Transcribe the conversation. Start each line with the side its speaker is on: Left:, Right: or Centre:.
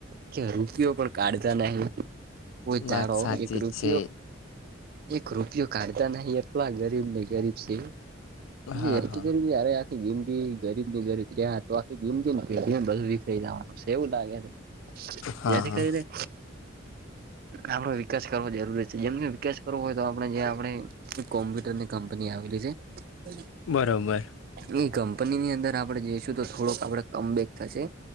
Right: કે રૂપિયો પણ કાઢતા નહી કો
Left: વાત
Right: જાડો
Left: સાચી
Right: એક રૂપિયો
Left: છે
Right: એક રૂપિયો કાઢતા નહી એટલા ગરીબ ને ગરીબ છે.
Left: હા
Right: હેરતી
Left: હા
Right: કરી યારે યાર જિંદગી ગરીબ ની ગરીબ જ્યાં તો આખી જીંદગી ને પેઢીઓને બધું વીખરી જવાનું એવું લાગે.
Left: હા
Right: જેથી
Left: હા
Right: કરી આપડો વિકાસ કરવો દેતો જેમનો વિકાસ કરવો હોય તો આપણે જે આપણે કોમ્પ્યુટર ની કંપની આવેલી છે હ
Left: બરોબર
Right: હ <unintelligible> નઈ કંપનીની અંદર આપડે જઈશું તો થોડોક આપડે કમબેક થશે.